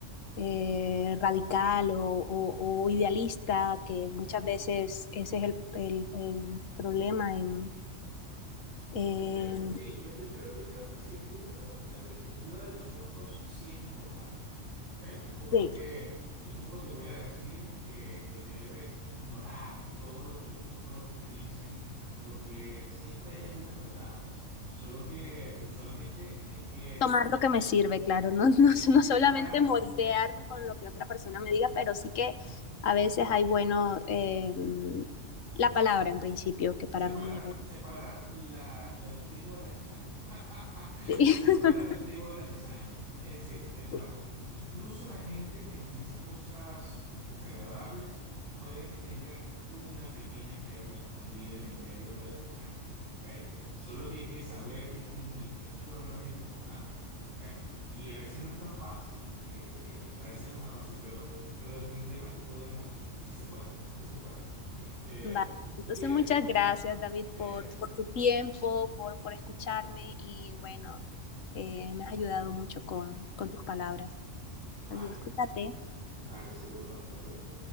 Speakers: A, on the left; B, on the right.
A: eh, radical o, o, o, idealista, que muchas veces ese es el, el, el problema en... Eh,
B: Yo creo, sí, yo, yo creo, yo creo que sin duda la perspectiva de los otros sí es importante. ¿ok? Tampoco
A: sí,
B: es que yo tampoco te voy a decir que, que debes ignorar todo lo que los otros te dicen, porque siempre hay algunas verdades. Solo que usualmente hay que
A: tomar
B: y-
A: lo que
B: y
A: me sirve, claro, no, <laughs> no, no, solamente
B: separar
A: moldearme con lo que otra persona me diga, pero sí que a veces hay bueno Eh, la palabra en principio,
B: Separar,
A: que para mí...
B: separar la, la- el trigo de la cizaña. <laughs>
A: <laughs>
B: Separar el trigo de la cizaña. Es decir, de nuevo,
A: Sí.
B: incluso la gente que nos dice cosas desagradables puede que tengan una pequeña perla escondida en el medio de la cizaña. ¿ok? Solo que hay que saber distinguir. Eso es lo realmente importante. ¿ok? Y a veces no es tan fácil. eh, eh, a veces no es tan fácil, pero, pero definitivamente podemos, sí se puede, sí se puede. Este,
A: Vale.
B: si
A: Entonces,
B: quieres,
A: muchas
B: con-
A: gracias, David,
B: Exactamente.
A: por, por tu tiempo, por, por escucharme y bueno, eh, me has ayudado mucho con, con tus palabras.
B: Vale,
A: Adiós, cuídate.
B: vale, seguro. Hasta luego.